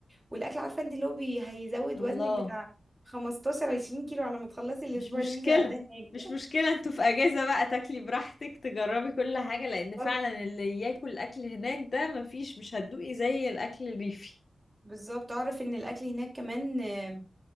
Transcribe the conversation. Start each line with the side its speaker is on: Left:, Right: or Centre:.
Right: والاكل عارفه انت اللي هو بي... هيزود
Left: الله
Right: وزنك بتاع 15 20 كيلو على ما تخلصي الاسبوع
Left: مش مشكلة
Right: اللي انت قاعده هناك
Left: مش مشكلة انتوا في اجازة بقى تاكلي براحتك تجربي كل حاجة لان
Right: ده
Left: فعلا اللي ياكل اكل هناك ده مفيش مش هتدوقي زي الاكل الريفي
Right: بالظبط اعرف ان الاكل هناك كمان آه،